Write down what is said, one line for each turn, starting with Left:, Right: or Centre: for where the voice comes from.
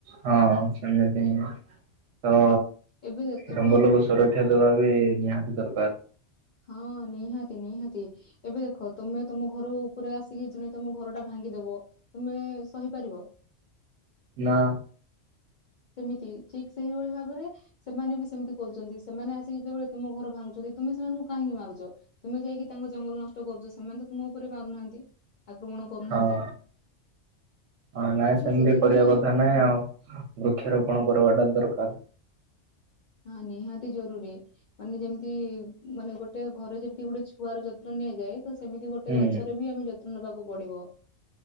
Right: ହଁ ହଁ ସେମିତି ତ
Left: ଏବେ ଦେ- ଏବେ
Right: ଜଙ୍ଗଲ ଗ ସୁରକ୍ଷା ଦେବା ବି ନିହାତି ଦରକାର।
Left: ହଁ ନିହାତି ନିହାତି। ଏବେ ଦେଖ ତମେ ତମ ଘର ଉପରେ ଆସିକି ଜଣେ ତମ ଘର ଟା ଭାଙ୍ଗିଦବ। ତମେ ସହିପାରିବ।
Right: ନା।
Left: ସେମିତି ଠିକ ସେଇଭଳି ଭାବରେ ସେମାନେ ବି ସେମତି କରୁଛନ୍ତି ସେମାନେ ଆସିି ଯେତେବେଳେ ତୁମ ଘର ଭାଙ୍ଗୁଛନ୍ତି ତୁମେ ସେମାନଙ୍କୁ କାହିଁକି ମାରୁଛ ତୁମେ ଯାଇକି ତାଙ୍କ ଜଙ୍ଗଲ ନଷ୍ଟ କରୁଛ ସେମାନେ ତ ତୁମ ଉପରେ ମାରୁନାହାନ୍ତି। ଆକ୍ରମଣ କରୁନାହାନ୍ତି
Right: ହଁ ହଁ ନାଇଁ ସେମିତି
Left: ତ ସେଥିପାଇଁ
Right: କରିବା କଥା। ନାଇଁ ଆଉ ବୃକ୍ଷରୋପଣ କରିବାଟା ଦରକାର।
Left: ହଁ ନିହାତି ଜରୁରୀ। ମାନେ ଯେମିତି ମାନେ ଗୋଟେ ଘରେ ଯେମିତି ଗୋଟେ ଛୁଆର ଯତ୍ନ ନିଆଯାଏ। ତ ସେମିତି ଗୋଟେ
Right: ହୁଁ
Left: ଗଛରେ ବି ଆମେ ଯତ୍ନ ନେବାକୁ ପଡିବ।